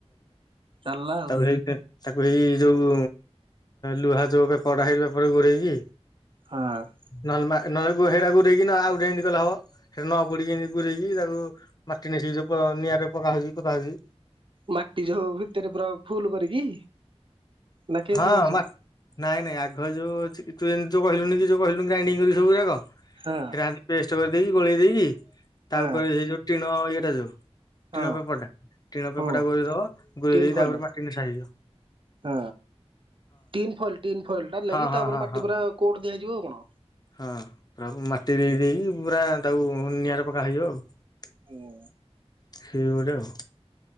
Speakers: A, on the right; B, on the left.
A: ଚାଲିଲ ଆଉ?
B: ତାକୁ ହେଇ ତାକୁ ଏଇ ଯୋଉ ଲୁହା ଯୋଉ ପଡା ହେଇ ପରେ ଗୋଡେଇକି
A: ହଁ
B: ନଲମା। ନହଲେ ପୁଅ ହେରା ଗୁରେଇକିନା ଆଉ ଗୋଟେ ଏମିତି କଲେ ହବ। ସେ ନ ପୋଡିକି ଏମିତି ପୁରେଇକି ତାକୁ ମାଟି ନେସିକି ନିଆଁରେ ପକାହଉଛି ପୋତାହଉଛି।
A: ମାଟି ଯୋଉ ଭିତରେ ପୁରା ଫୁଲ କରିକି। ନା କେମିତି
B: ହଁ
A: କହୁଛୁ
B: ମା ନାଇଁ ନାଇଁ ଆଗ ଯୋଉ ଅଛି। କି ତୁ ଏ ଯଉ କହିଲୁନୁ କି ଯଉ କହୁଲୁନୁ ଗ୍ରାଇଡିଙ୍ଗ କର ସବୁଯାକ।
A: ହଁ
B: ହେରା ଆଣିକି ଫେଷ୍ଟ କଲି। ଦେଇକି ଗୋଳେଇ ଦେଇକି
A: ହଁ
B: ତା ଉପରେ ସେଇ ଯୋଉ ହଁ ଇଏଟା ଯୋଉ।
A: ହଁ
B: ଟିଣ ପେପରଟା ଟିଣ
A: ହଁ
B: ପେପରଟା ଗୁରେଇ ଦବ। ଗୋଳେଇ
A: ତିନ
B: ଦେଇକି
A: ଫଏଲ
B: ତାପରେ ମାଟି ନେସାଯିବ।
A: ହଁ ଟିନ ଫଲ ତିନ ଫଲ ଟା ଲାଗି
B: ହଁ ହଁ
A: ତାପରେ
B: ହଁ
A: ମାଟି
B: ହଁ
A: ପୁରା କୋ ଦିଆଯିବ ଆଉ କଣ।
B: ହଁ ପୁରା ମାଟି ଦେଇ ଦେଇକି ପୁରା ତାକୁ ନିଆଁରେ ପକ୍କା ହେଇଯିବ ଆଉ।
A: ହୁଁ।
B: <inaudible> ସେଇ ଗୋଟେ ଆଉ।